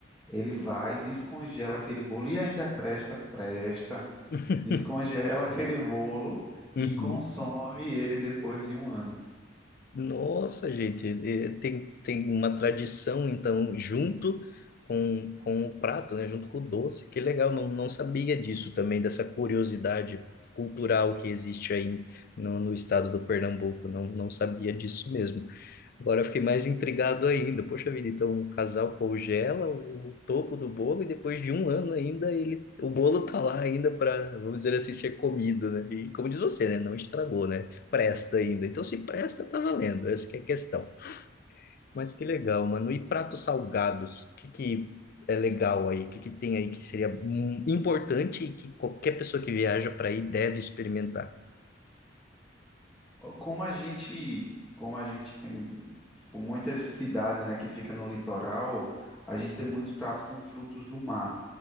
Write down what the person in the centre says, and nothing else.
ele vai, descongela aquele bolo e ainda presta, presta,
descongela <laughs> aquele bolo
e consome ele depois de um ano.
Ó, Como a gente, como a gente tem, tipo, muitas cidades, né, que fica no litoral, a gente tem muitos pratos com frutos do mar